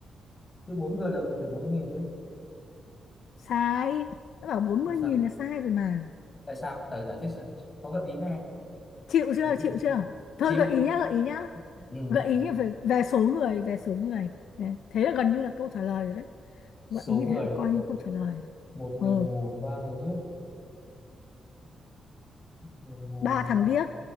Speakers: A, on the left; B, on the left.
A: cứ bốn người là cũng phải bốn nghìn chứ
B: sai đã bảo bốn
A: tại
B: mươi
A: sao
B: nghìn là sai rồi mà
A: tại sao thử giải thích xem có gợi ý nghe
B: chịu
A: gợi
B: chưa
A: ý gì
B: chịu chưa thôi
A: chịu
B: gợi ý
A: chịu
B: nhá gợi ý nhá
A: ừ.
B: gợi ý về, về số người về số người Nè, thế là gần như là câu trả lời rồi đấy
A: số
B: gợi ý
A: người
B: thế là
A: à?
B: coi như câu trả lời
A: một người
B: ừ.
A: mù ba người điếc người mù
B: ba thằng
A: ba
B: điếc